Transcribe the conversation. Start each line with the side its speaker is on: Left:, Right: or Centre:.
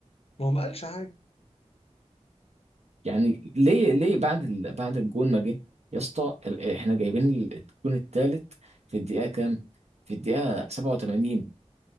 Left: ما هو ما قالش حاجه
Right: يعني ليه ليه بعد ال... بعد الجون ما جه يا اسطى ال- احنا جايبين ال- الجون الثالث في الدقيقه كام في الدقيقه 87